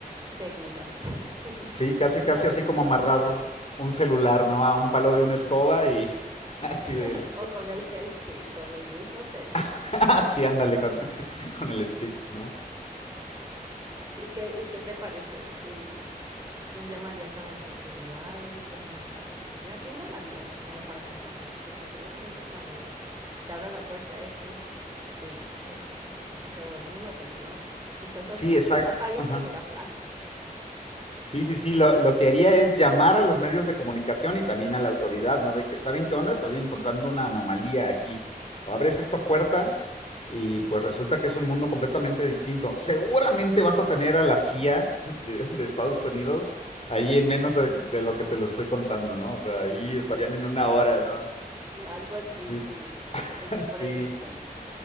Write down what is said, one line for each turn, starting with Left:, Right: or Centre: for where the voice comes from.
Right: segura <laughs>
Left: sí, casi,
Right: de
Left: casi
Right: saber
Left: así
Right: que
Left: como
Right: existe.
Left: amarrar un celular, ¿no? A un palo de una escoba y <laughs> así
Right: <laughs>
Left: de,
Right: O con el self-stick, con el mismo self-stick.
Left: <laughs> así ándale con, <laughs> con el stick, ¿no?
Right: ¿Y qué, y qué te parece? Eh, ¿Tú llamarías a las autoridades? ¿Llamarías a la policía? ¿A quién llamarías como para contarle esto? Porque seguramente cuando se abra la puerta, esto sí, eh, pues se vuelve una notición. Y tú estás,
Left: Sí, esa,
Right: estás ahí en
Left: ajá.
Right: primera plana.
Left: Sí, sí, sí, lo, lo que haría es llamar a los medios de comunicación y también a la autoridad, ¿no? De que, ¿saben qué onda? Estoy encontrando una anomalía aquí. Abres esta puerta y pues resulta que es un mundo completamente distinto. Seguramente vas a tener a la CIA de, de Estados Unidos ahí en menos de, de lo que te lo estoy contando, ¿no? O sea, ahí estarían en una hora, ¿no?
Right: <laughs> Algo así,
Left: <laughs>
Right: sí. Express.
Left: Sí,